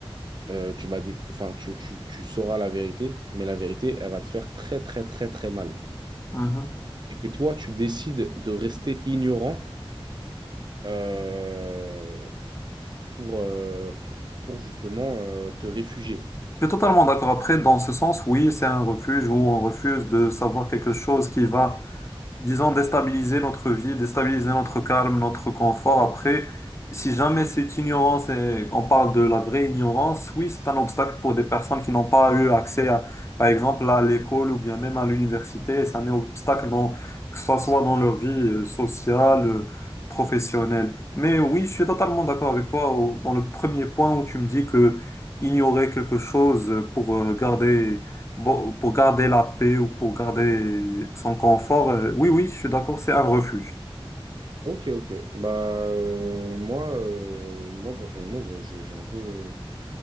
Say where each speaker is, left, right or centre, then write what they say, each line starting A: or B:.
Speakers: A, on the right; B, on the left.
A: euh, tu vas décou- enfin, tu, tu, tu sauras la vérité, mais la vérité, elle va te faire très, très, très, très mal.
B: mhm.
A: Et que toi, tu décides de rester ignorant euh, pour, euh, pour justement euh, te réfugier.
B: Je suis totalement d'accord. Après, dans ce sens, oui, c'est un refuge où on refuse de savoir quelque chose qui va disons, déstabiliser notre vie, déstabiliser notre calme, notre confort. Après, si jamais cette ignorance, et on parle de la vraie ignorance, oui, c'est un obstacle pour des personnes qui n'ont pas eu accès, à, par exemple, à l'école ou bien même à l'université. Et C'est un obstacle dans, que ce soit dans leur vie euh, sociale, euh, professionnelle. Mais oui, je suis totalement d'accord avec toi au- dans le premier point où tu me dis que ignorer quelque chose pour euh, garder Bon, pour garder la paix ou pour garder son confort, euh, oui, oui, je suis d'accord, c'est un refuge.
A: Ok, ok. Bah, euh, moi, euh, moi, personnellement, bah, j'ai j'ai un peu.